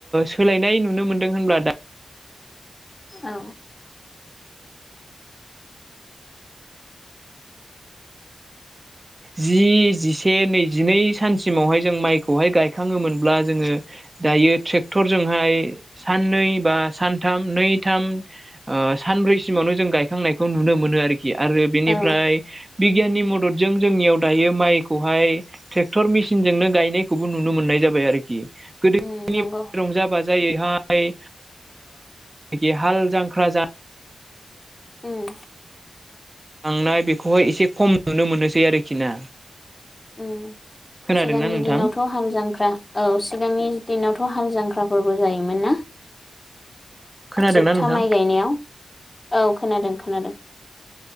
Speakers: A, on the right; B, on the left.
A: सोलायनाय नुनो मोनदों होनब्ला दा
B: औ।
A: जि जिसे नैजिनै सानसिमावहाय जों माइखौहाय गायखाङोमोनब्ला जोङो दायो ट्रेक्टरजोंहाय साननै बा सानथाम नैथाम सानब्रैसिमावनो जों गायखांनायखौ नुनो मोनो। आरोखि आरो बेनिफ्राय
B: औ
A: बिगियाननि मददजों जोंनियाव दायो माइखौहाय ट्रेक्टर मेसिनजोंनो गायनायखौबो नुनो मोननाय जाबाय आरोखि। गोदोनि
B: उम नंगौ
A: रंजा बाजा जायैहाय जखि हाल जांख्रा जा
B: उम।
A: थांनाय बेखौहाय एसे खम नुनो मोनोसै आरोखि ना
B: उ
A: खोनादोंना
B: सिगांनि
A: नोंथां
B: दिनावथ' हाल जांख्रा औ सिगांनि दिनावथ' हाल जांख्राफोरबो जायोमोन ना
A: खोनादोंना
B: जोबथा
A: नोंथां
B: माइ गायनायाव औ खोनादों खोनादों